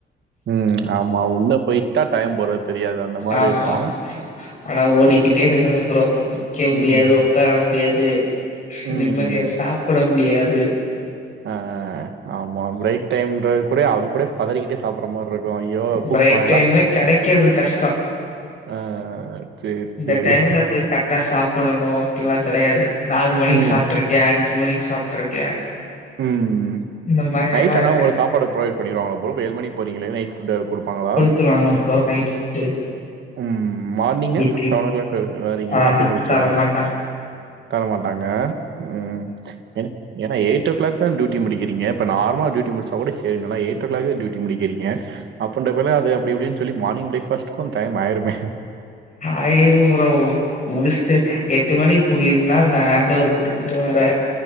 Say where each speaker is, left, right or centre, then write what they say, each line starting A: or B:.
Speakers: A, on the right (about 65°); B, on the left (about 40°).
A: ம் ஆமா உள்ள போயிடா டைம் போறது தெரியாது அந்த மாரி
B: ஆமா
A: இருக்கு
B: ஆனா ஓடிக்கிட்டே இருக்கனு ப்ரோ நிக்க முடியாது
A: ம்.
B: உக்கார முடியாது
A: ம்.
B: நிம்மதிய சாப்புட முடியாது
A: ஆ ஆ ஆமா பிரேக் டைம்றது கூட அது கூட பதறிக்கிட்டே சாப்புடுற மாரி இரு க்கு ஐயோ கூப்ட்றுவாங்லா
B: பிரேக் டைமே கெடைக்கிறது கஷ்டோ
A: ஆ சரி,
B: இந்த
A: சரி.
B: டைம்ல போய் கரெக்டா சாப்புடணு அப்புல்லா கெடையாது நாலு மணிக்கு
A: ம்.
B: சாப்ட்ருக் கே அஞ்சு மணிக்கு சாப்ட்ருக்கே
A: ம்
B: இந்த மாரி
A: நைட்
B: எல்லா இருக்கு
A: ஆனா உங்களுக்கு சாப்பாடு ப்ரொவைட் பண்ணிருவாங்களா ப்ரோ இப்ப ஏழு மணிக்கு போறீங்களே நைட் ஃபுட் குடுப்பாங்களா
B: குத்துருவாங்களா ப்ரோ நைட் ஃபுட்டு
A: ம் மார்னிங்கு
B: இன்னிக்கு
A: செவன் ஓ கிளாக் வரீங்களே
B: ஆஹா
A: அப்பயு குடுத்துருவாங்
B: தரமாட்டாங்க
A: தரமாட்டாங்க ம் என் ஏன்னா ஏய் டோ கிளோக்தா டியூட்டி முடிக்கிறீங்க இப்ப நார்மலா டியூட்டி முடிச்சா கூட சேரின்னளா எய்டோ கிளோக்தா டியூட்டி முடிக்கிறீங்க அப் அண்ட் அப்டின்னா அது அப்டி இப்டின்னு சொல்லி மார்னிங் பிரேக் ஃபாஸ்டுக்கு டைம் ஆயிருமே
B: ஆயிரு ப்ரோ முடிச்டு எட்டு மணிக்கு முடியுதுனா நா ஹேண்ட் ஓவர் குடுத்துட்டு வரே